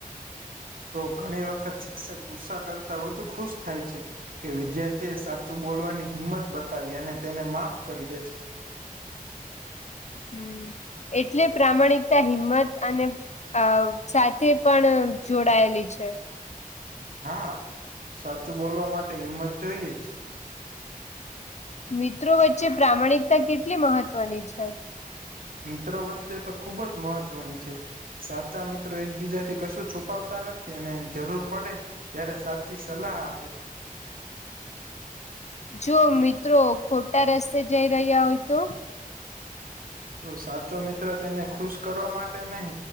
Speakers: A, on the right; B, on the left.
A: તો ઘણી વખત શિક્ષક ગુસ્સા કરતા વધુ ખુશ થાય છે. કે વિદ્યાર્થી એ સાચું બોલવાની હિંમત બતાવી અને તેને માફ કરી દે છે.
B: હમ એટલે પ્રામાણિકતા હિંમત અને અ સાથે પણ જોડાયેલી છે.
A: હા સાચું બોલવા માટે હિંમત જોઈએ જ.
B: મિત્રો વચ્ચે પ્રામાણિકતા કેટલી મહત્વની છે?
A: મિત્રો વચ્ચે તો ખુબ જ મહત્વની છે. સાચા મિત્રો એકબીજા થી કશું છુપાવતા નથી અને જરૂર પડે ત્યારે સાચી સલાહ આપે છે.
B: જો મિત્રો ખોટા રસ્તે જઈ રહ્યા હોય તો
A: તો સાચો મિત્ર તેને ખુશ કરવા માટે નહીં.